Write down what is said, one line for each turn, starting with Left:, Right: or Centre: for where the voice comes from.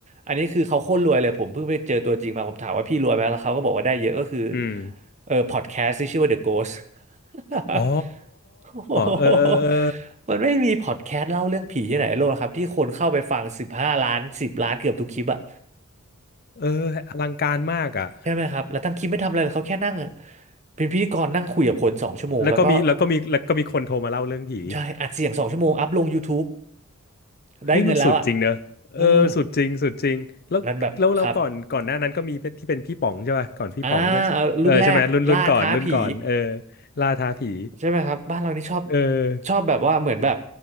Right: อันนี้คือเขาโคตรรวยเลยผมเพิ่งไปเจอตัวจริงมาผมถามว่าพี่รวยไหมแล้วเขาก็บอกว่าได้เยอะก็คือ
Left: อืม
Right: เออพอดแคสต์ที่ชื่อว่า The Ghost
Left: อ๋อ
Right: <laughs> โอ้โห
Left: เออเออเออ
Right: มันไม่มีพอดแคสต์เล่าเรื่องผีที่ไหนในโลกครับที่คนเข้าไปฟังสิบห้าล้านสิบล้านเกือบทุกคลิปอะ
Left: เอออลังการมากอ่ะ
Right: ใช่ไหมครับแล้วทั้งคลิปไม่ทำอะไรเลยเขาแค่นั่งอะเป็นพิธีกรนั่งคุยกับคนสองชั่วโมงแล้วก็
Left: แล้วก็มีแล้วก็มีแล้วก็มีคนโทรมาเล่าเรื่องผี
Right: ใช่อัดเสียงสองชั่วโมงอัพลง YouTube
Left: เฮ้ยมันสุดจริงเนอะเออสุดจริงสุดจริงแล้วแล้วแล้วก่อนก่อนหน้านั้นก็มีเป็นที่เป็นพี่ป๋องใช่ป่ะก่อนพี่ป๋องก็เออใช่ไหมรุ่นรุ่นก่อนรุ่นก่อนเออ
Right: ได้เงินแล้วอะอืมมันแบบครับ อ่าเอารุ่นแรกล่าท้าผี
Left: ล่าท้าผี
Right: ใช่ไหมครับบ้านเรานี่ชอบ
Left: เออ
Right: ชอบแบบว่าเหมือนแบบ